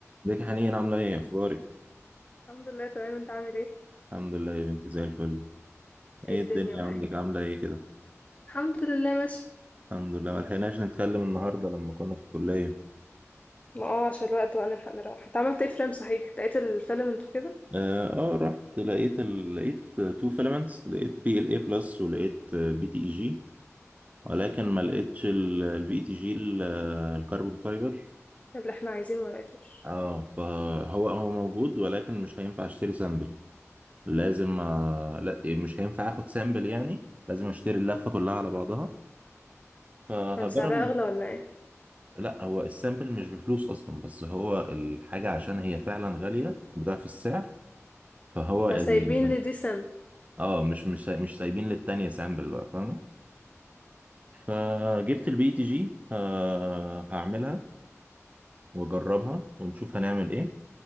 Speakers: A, on the right; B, on the left.
A: ازيك يا حنين عاملة ايه اخبارك؟
B: الحمد لله تمام انت عامل ايه
A: الحمد لله يا بنتي زي الفل
B: ايه
A: ايه
B: الدنيا
A: الدنيا
B: معاك
A: عندك عاملة ايه كده؟
B: الحمد لله ماشي
A: الحمد لله ملحقناش نتكلم النهاردة لما كنا في الكلية
B: ما اه عشان الوقت بقى نلحق نروح انت عملت ايه فريم صحيح لقيت الفيلم انتو كده
A: اه, آه رحت لقيت ال... لقيت تو فيلمنتس لقيت بي ال اي بلس ولقيت بي تي اي جي ولكن ما لقيتش البي تي جي الكربون فايبر
B: اللي احنا عايزينه ما لقيتوش
A: اه فهو هو موجود ولكن مش هينفع اشتري سامبل لازم آه لا مش هينفع اخد سامبل يعني لازم اشتري اللفة كلها على بعضها فهجرب
B: كان سعرها اغلى ولا ايه
A: لا هو السامبل مش بفلوس اصلا بس هو الحاجه عشان هي فعلا غاليه بضعف السعر فهو
B: فسايبين
A: ال...
B: لي دي سامبل
A: اه مش مش مش سايبين للتانية سامبل بقى فاهمه فجبت البي تي جي آه هعملها واجربها ونشوف هنعمل ايه